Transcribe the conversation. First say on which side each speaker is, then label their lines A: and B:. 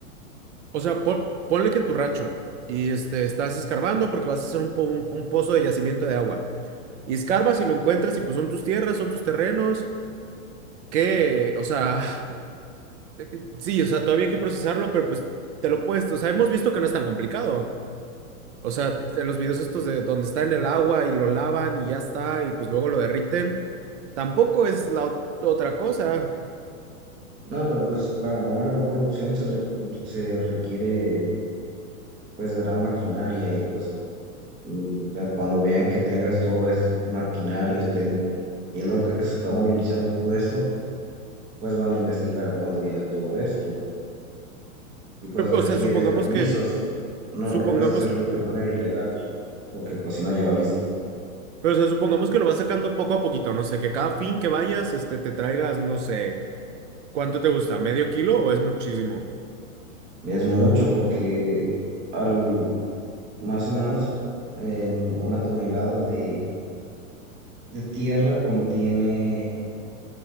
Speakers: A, on the right; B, on the right.
A: O sea, pon- ponle que en tu rancho y este, estás escarbando porque vas a hacer un, po- un un pozo de yacimiento de agua. Y escarbas y lo encuentras y pues son tus tierras, son tus terrenos. ¿Qué? O sea... Eh, Sí, o sea, todavía hay que procesarlo, pero pues te lo puedes, o sea, hemos visto que no es tan complicado. O sea, en los videos estos de donde está en el agua y lo lavan y ya está, y pues luego lo derriten, tampoco es la ot- otra cosa.
B: No, pero pues para una gran producción se, re- se requiere pues gran maquinaria y pues mm, ya cuando vean que tengas todo este maquinario, estén viendo que se está movilizando todo esto, pues van a investigar de dónde viene todo esto y pues
A: Pero,
B: requieres
A: O sea, supongamos
B: permisos.
A: que,
B: No,
A: supongamos,
B: no puedes hacerlo de manera ilegal porque pues si no ya valiste.
A: pero o sea, supongamos que lo vas sacando poco a poquito, no sé, que cada fin que vayas, este, te traigas, no sé, ¿cuánto te gusta? ¿Medio kilo o es muchísimo?
B: Es mucho porque al, más o menos em, una tonelada de, de tierra contiene,